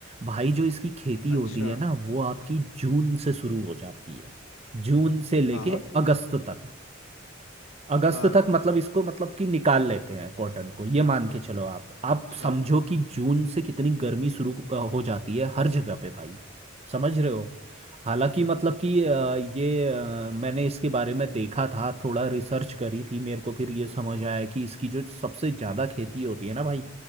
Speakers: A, on the right; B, on the left.
A: भाई जो इसकी खेती होती
B: अच्छा
A: है ना वो आपकी जून से शुरू हो जाती है जून से लेके
B: हाँ
A: अगस्त तक अगस्त
B: हाँ
A: तक मतलब इसको मतलब कि निकाल लेते हैं कॉटन को ये मान के चलो आप आप
B: अच्छा
A: समझो कि जून से कितनी गर्मी शुरू हो जाती है हर जगह पे भाई समझ रहे हो हालांकि मतलब कि अ, ये अ, मैंने इसके बारे में देखा था थोड़ा रिसर्च करी थी मेरे को फिर ये समझ आया कि इसकी जो सबसे ज़्यादा खेती होती है ना भाई